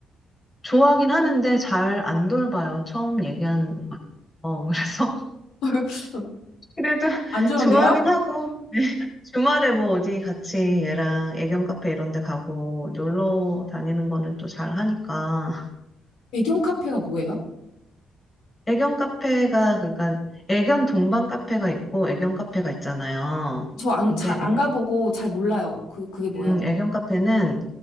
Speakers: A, on the left (about 25°); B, on the left (about 85°).
A: 좋아하긴 하는데 잘 안 돌봐요. 처음 얘기한 거. 그래서 <laughs>
B: <laughs>
A: 그래도
B: 안 좋은데요?
A: 좋아하긴 하고 <laughs> 주말에 뭐 어디 같이 얘랑 애견 카페 이런 데 가고 놀러 다니는 거는 또 잘 하니까
B: 애견 카페가 뭐예요?
A: 애견 카페가 그러니까 애견 동반 카페가 있고 애견 카페가 있잖아요.
B: 저 안,
A: 근데
B: 자, 안
A: 애견,
B: 가보고 잘 몰라요. 그, 그게 뭐예요?
A: 음, 애견 카페는